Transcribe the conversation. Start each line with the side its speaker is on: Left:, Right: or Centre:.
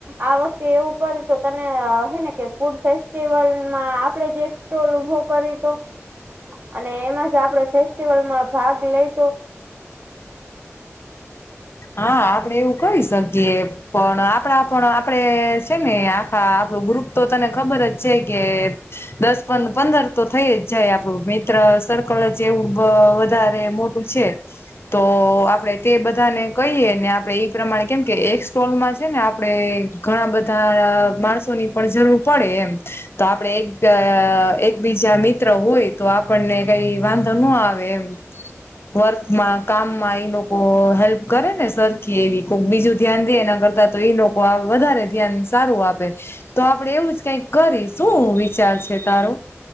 Right: આ વખતે એવું કરે તો તને હેને કે ફૂડ ફેસ્ટિવલમાં આપણે જે. ોલ ઉભો કરી તો અને એમાં જ આપણે ફેસ્ટિવલમાં ભાગ લઈતો.
Left: હા આપડે એવું કરીહી શકીએ પણ આપડા પણ આપડે છે ને આખા આપણું ગુપ. તો તને ખબર જ છે કેેર. દસ પંદર તો થઈ જ જાય આપડું મિત્ર સર્કલ જ એવું વધારે મોટ. છે તો આપડે તે બધાને. કહીએ ને આપડે ઈ પ્રમાણે કેમ કે એક સ્ટોલ માં છે ને આપણેે ઘણા બધા માણસોની. પણ જરૂર પડે એમ. તો આપડણે એક એકબીજા મિત્ર હોય તો આપણને કઈ વાંધો ન આવે. વર્કમાં કામમાં એ લોકો હેલ્પ. કરે ને સરખી એવી કોઈ બીજું ધ્યાન દે એના કરતા તો એ લોકો વધારે ધ્યાન સારું આપે. તો આપડે એવું જ કંઈક કરી શું વિચાર છે તારો.